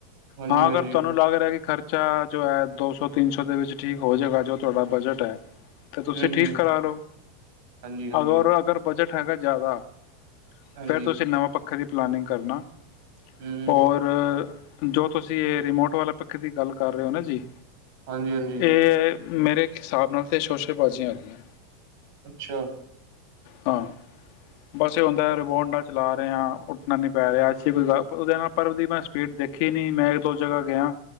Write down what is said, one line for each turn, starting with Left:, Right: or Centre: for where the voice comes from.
Right: ਹਾਂਜੀ
Left: ਹਾਂ
Right: ਹਾਂਜੀ
Left: ਅਗਰ ਤੁਹਾਨੂੰ ਲੱਗ ਰਿਹਾ ਕਿ ਖਰਚ, ਬਚਾ ਜੋ ਹੈ ਦੋ ਸੌ ਤਿੰਨ ਸੌ ਦੇ ਵਿੱਚ ਠੀਕ ਹੋ ਜਾਏਗਾ ਜੋ ਤੁਹਾਡਾ ਬਜਟ ਹੈ। ਤੇ ਤੁਸੀਂ
Right: ਹੂੰ
Left: ਠੀਕ
Right: ਹੂੰ
Left: ਕਰਾ ਲਓ
Right: ਹਾਂਜੀ ਹਾਂਜੀ
Left: ਅਗਰ ਅਗਰ, ਬਜਟ ਹੈਗਾ ਜ਼ਿਆਦਾ,
Right: ਹਾਂਜੀ
Left: ਫੇਰ ਤੁਸੀਂ ਨਵਾਂ ਪੱਖਾ, ਵੱਖਰੀ ਪਲੈਨਿੰਗ ਕਰਨਾ।
Right: ਹੂੰ
Left: ਹੋਰ, ਜੋ ਤੁਸੀਂ ਇਹ ਰਿਮੋਟ ਵਾਲੇ ਪੱ ਖੇ ਦੀ ਗੱਲ ਕਰ ਰਹੇ ਹੋ ਨਾ ਜੀ
Right: ਹਾਂਜੀ ਹਾਂਜੀ
Left: ਇਹ, ਮੇਰੇ ਹਿਸਾਬ ਨਾਲ ਤਾਂ ਸ਼ੋਸੈ ਬਾਜ਼ੀਆਂ ਆ ਗਈਆਂ।
Right: ਅੱਛਾ,
Left: ਹਾਂ ਬਸ ਇਹ ਹੁੰਦਾ ਰਿਮੋਟ ਨਾਲ ਚਲਾ ਰਹੇ ਆ ਉੱਠਣਾ ਨੀ ਪੈ ਰਿਹਾ ਐਸੀ ਕੋਈ ਉਹਦੇ ਨਾਲ ਪਰ ਉਹਦੀ ਮੈਂ ਸਪੀਡ ਦੇਖੀ ਨਹੀਂ ਮੈਂ ਇੱਕ ਦੋ ਜਗ੍ਹਾ ਗਿਆ।